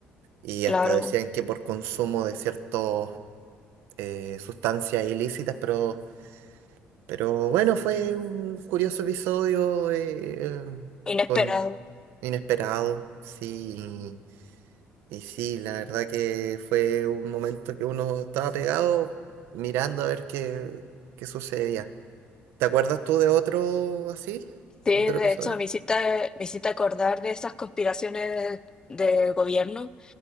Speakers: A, on the right; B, on the left.
A: Y
B: claro,
A: hasta decían que por consumo de ciertos eh, sustancias ilícitas, pero, pero bueno, fue un curioso episodio eh, eh,
B: inesperado.
A: con inesperado, sí, y sí, la verdad que fue un momento que uno estaba pegado mirando a ver qué, qué sucedía. ¿Te acuerdas tú de otro así?
B: Sí,
A: ¿De
B: de
A: otro episodio?
B: hecho, me hiciste, me hiciste acordar de esas conspiraciones del gobierno.